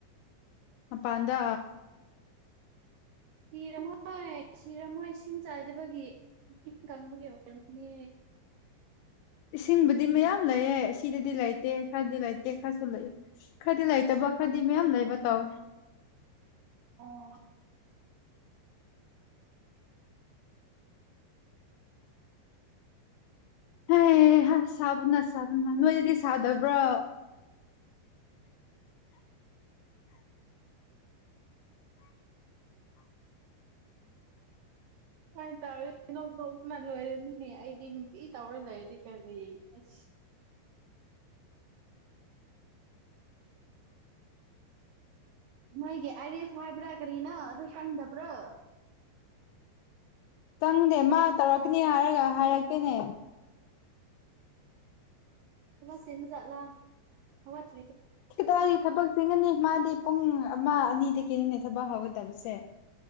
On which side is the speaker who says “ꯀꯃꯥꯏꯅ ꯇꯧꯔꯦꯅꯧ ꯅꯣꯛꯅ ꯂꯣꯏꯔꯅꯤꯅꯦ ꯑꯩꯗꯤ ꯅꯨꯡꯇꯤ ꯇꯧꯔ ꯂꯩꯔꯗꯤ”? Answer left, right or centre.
Right